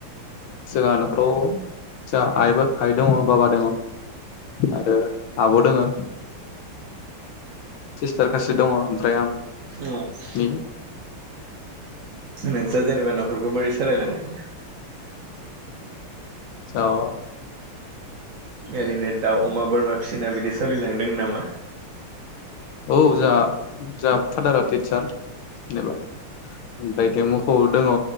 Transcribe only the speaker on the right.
उम।
<unintelligible>
नोंसा जेनेबा नखरखौ बोरै सालायलाङो?
ओरैनो दाउ अमा बोरमा फिसिना बिदि सोलिलांदों नामा?